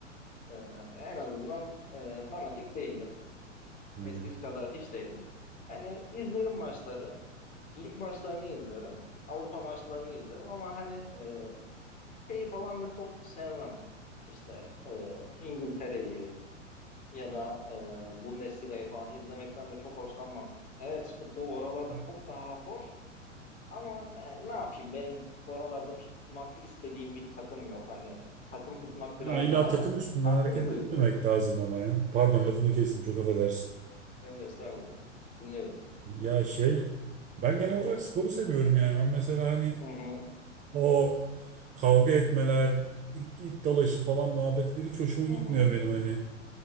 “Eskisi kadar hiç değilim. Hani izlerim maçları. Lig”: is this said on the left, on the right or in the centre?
Left